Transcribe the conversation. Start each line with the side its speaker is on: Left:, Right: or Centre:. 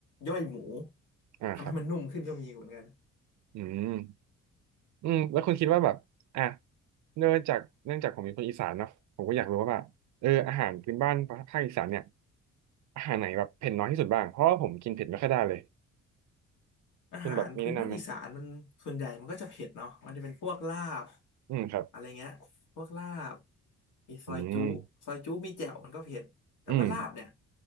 Left: ย่อยหมู
Right: อ่าครับ
Left: ทำให้มันนุ่มขึ้นก็มีเหมือนกัน
Right: อืม อืมแล้วคุณคิดว่าแบบอ่ะเนื่องจากเนื่องจากผมเป็นคนอีสานเนาะผมก็อยากรู้ว่าแบบเอออาหารพื้นบ้านภาคอีสานเนี่ยอาหารไหนแบบเผ็ดน้อยที่สุดบ้างเพราะว่าผมกินเผ็ดไม่ค่อยได้เลย
Left: อาหารพื้นบ้านอีสานมันส่วนใหญ่มันก็จะเผ็ดเนาะมันจะเป็นพวกลาบ
Right: คุณแบบมีแนะนำไหมอืมครับ
Left: อะไรเงี้ยพวกลาบมีซอยจุซอยจุมีแจ่วมันก็เผ็ดแต่ว่าลาบเนี่ย
Right: อืมอืม